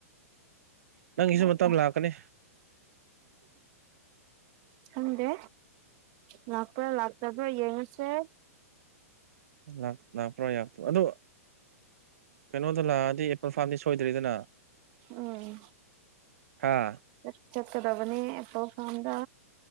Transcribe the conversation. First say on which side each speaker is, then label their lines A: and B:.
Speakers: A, on the right (about 65°); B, on the right (about 30°).
A: ꯅꯪꯒꯤꯁꯨ
B: ꯑꯦ
A: ꯃꯇꯝ ꯂꯥꯛꯀꯅꯤ
B: ꯈꯪꯗꯦ ꯂꯥꯛꯄ꯭ꯔꯥ ꯂꯥꯛꯇꯕ꯭ꯔꯥ ꯌꯦꯡꯉꯁꯦ
A: ꯂꯥꯛꯂꯥꯛꯄ ꯌꯥꯗ꯭ꯔꯣ ꯑꯗꯣ ꯀꯩꯅꯣꯗꯣ ꯂꯥꯛꯑꯗꯤ ꯑꯦꯄꯜ ꯐꯥꯔꯝꯗꯤ ꯁꯣꯏꯗ꯭ꯔꯤꯗꯅ
B: ꯑꯥ
A: ꯍꯥ
B: <unintelligible> ꯆꯀꯗꯕꯅꯦ ꯑꯦꯄꯜ ꯐꯥꯝꯗ